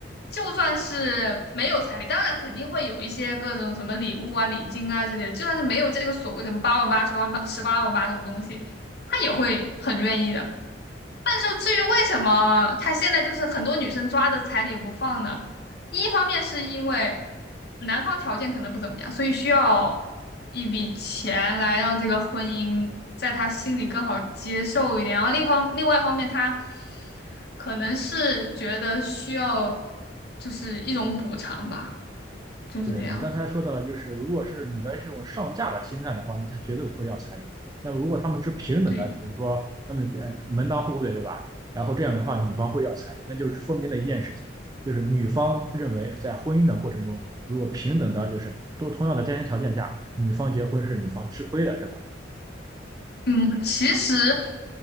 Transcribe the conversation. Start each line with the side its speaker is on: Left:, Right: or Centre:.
Left: 就算是没有彩礼，当然肯定会有一些各种什么礼物啊、礼金啊之类的，就算是没有这个所谓什么八万八、十万八、十八万八这种东西，她也会很愿意的。但是至于为什么他现在就是很多女生抓着彩礼不放呢？一方面是因为男方条件可能不怎么样，所以需要一笔钱来让这个婚姻在他心里更好接受一点。然后另一方另外一方面，他可能是觉得需要就是一种补偿吧，就是这样。
Right: 对你刚才说到了，就是如果是女的这种上嫁的心态的话，那她绝对不会要彩礼。那如果他们是平等的，
Left: 对，
Right: 比如说，那么呃门当户对，对吧？然后这样的话，女方会要彩礼，那就说明了一件事情，就是女方认为在婚姻的过程中，如果平等的，就是都同样的家庭条件下，女方结婚是女方吃亏的，是吧？
Left: 嗯，其实，